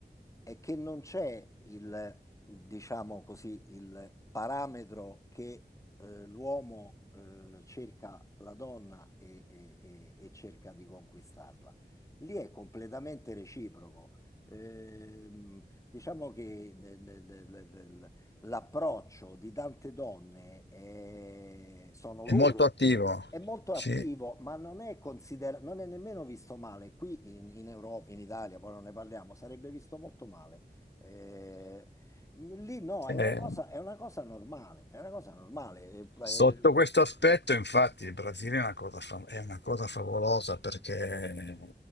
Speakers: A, on the left; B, on the left.
A: è che non c'è il, diciamo così, il parametro che eh, l'uomo eh, cerca la donna e, e- e- e cerca di conquistarla. Lì è completamente reciproco. Ehm, diciamo che de- de- de- de- de- l'approccio di tante donne è- sono
B: È
A: loro
B: molto attivo,
A: è molto
B: sì.
A: attivo, ma non è considerato, non è nemmeno visto male. Qui in, in Europa, in Italia, poi non ne parliamo, sarebbe visto molto male. Eh, lì no, è
B: Eh,
A: una cosa, è una cosa normale, è una cosa normale. Eh,
B: Sotto
A: eh,
B: questo aspetto, infatti, il Brasile è una cosa, fa- è una cosa favolosa perché